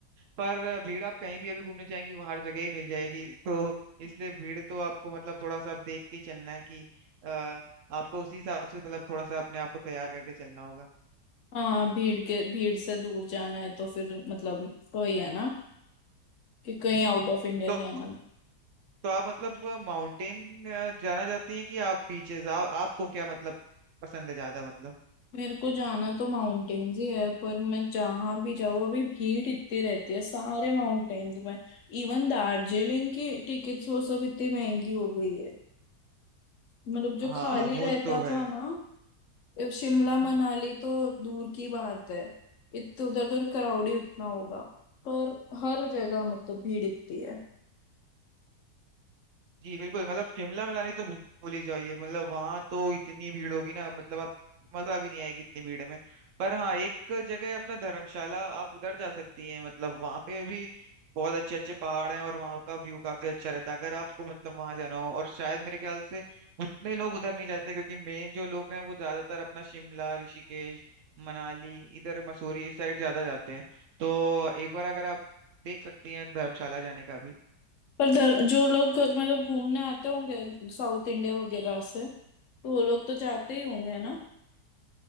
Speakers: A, on the right; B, on the left.
A: पर भीड़ आप कहीं भी अभी घूमने जाएंगी वहाँ हर जगह ही मिल जाएगी तो इसलिए भीड़ तो आपको मतलब थोड़ा सा आप देख के ही चलना है कि अ, आपको उसी हिसाब से मतलब थोड़ा सा अपने आप को तैयार करके चलना होगा
B: हाँ भीड़ के भीड़ से दूर जाना है तो फिर मतलब वही है ना कि कहीं
A: हम्म
B: आउट ऑफ इंडिया
A: तो
B: जाना
A: तो आप मतलब माउंटेन जाना चाहती हैं कि आप बीचेस आप आपको क्या मतलब पसंद है ज्यादा मतलब
B: मेरे को जाना तो माउंटेन्स ही है पर मैं जहां भी जाऊँ अभी भीड़ इतनी रहती है सारे माउंटेन्स में इवन दार्जिलिंग की टिकट्स वो सब इतनी महंगी हो गई है मतलब जो
A: हाँ
B: खाली
A: वो
B: रहता
A: तो है
B: था ना ए, शिमला
A: हम्म,
B: मनाली तो दूर की बात है इतने उधर उधर क्राउड ही उतना होगा पर हर जगह मतलब भीड़ इतनी है
A: जी बिल्कुल मतलब शिमला मिलानी तो भू- भूल ही जाइए मतलब वहां तो इतनी भीड़ होगी ना मतलब आप मजा भी नहीं आएगी इतनी भीड़ में पर हाँ एक जगह है अपना धर्मशाला आप उधर जा सकती हैं मतलब वहां पे भी बहुत अच्छे अच्छे पहाड़ हैं और वहां का व्यू काफी अच्छा रहता है अगर आपको मतलब वहां जाना हो और शायद मेरे ख्याल से उतने लोग उधर नहीं जाते क्योंकि मेन जो लोग हैं वो ज्यादातर अपना शिमला ऋषिकेश मनाली इधर मसूरी इस साइड ज्यादा जाते हैं तो एक बार अगर आप देख सकती हैं धर्मशाला जाने का भी
B: पर दर, जो लोग मतलब घूमने आते होंगे साउथ इंडिया वगैरह से तो वो लोग तो जाते ही होंगे ना